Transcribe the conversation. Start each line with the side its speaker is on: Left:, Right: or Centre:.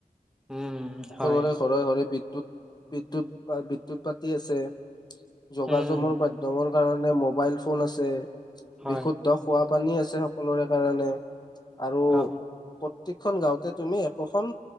Centre: উম
Left: সকলোৰে
Centre: হয়
Left: ঘৰে ঘৰে বি বিদ্যুৎ বা বিদ্যৎ পতি আছে যোগাযোগৰ
Centre: উম
Left: মাধ্যমৰ কাৰণে মোবাইল ফোন আছে
Centre: হয়
Left: বিশুদ্ধ খোৱা পানী আছে সকলোৰে কাৰণে আৰু
Centre: অ
Left: প্ৰতিখন গাওঁতে তুমি একোখন